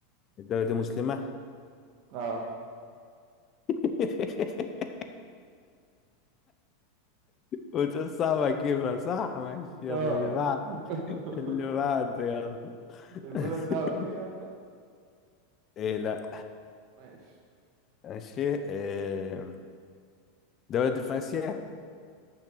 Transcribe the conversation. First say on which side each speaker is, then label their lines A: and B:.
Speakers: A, on the left (about 35°); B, on the right (about 55°).
A: الدولة دي مسلمة
B: اه
A: <laughs> وتقول صعب أجيبها صح ماشي يلا
B: اه
A: اللي بعد
B: <laughs>
A: اللي بعده يلا
B: البلد
A: <laughs>
B: دي عربية
A: إيه لأ
B: ماشي
A: ماشي إيه ده ولد في آسيا